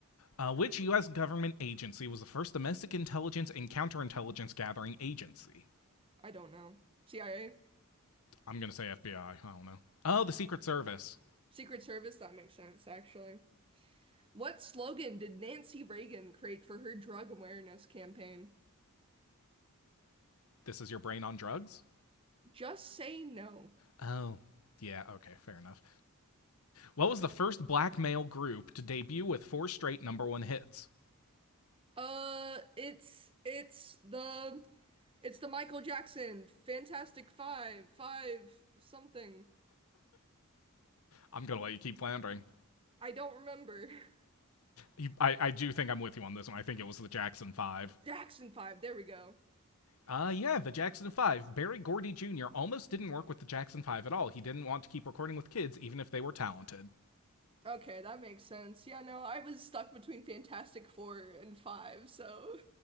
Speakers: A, on the left; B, on the right.
A: Uh, which U.S. government agency was the first domestic intelligence and counterintelligence gathering agency?
B: I don't know. CIA?
A: I'm gonna say FBI. I I don't know. Oh, the Secret Service.
B: Secret Service? That makes sense, actually. What slogan did Nancy Reagan create for her drug awareness campaign?
A: This is your brain on drugs?
B: Just say no.
A: Oh, yeah, okay, fair enough. What was the first black male group to debut with four straight number one hits?
B: Uh, it's it's the it's the Michael Jackson Fantastic Five, five something.
A: I'm gonna let you keep floundering.
B: I don't remember.
A: You, I, I do think I'm with you on this one. I think it was the Jackson Five.
B: <laughs> Jackson Five, there we go.
A: Uh, yeah, the Jackson 5. Barry Gordy Jr. almost didn't work with the Jackson 5 at all. He didn't want to keep recording with kids, even if they were talented.
B: Okay, that makes sense. Yeah, no, I was stuck between Fantastic Four and Five, so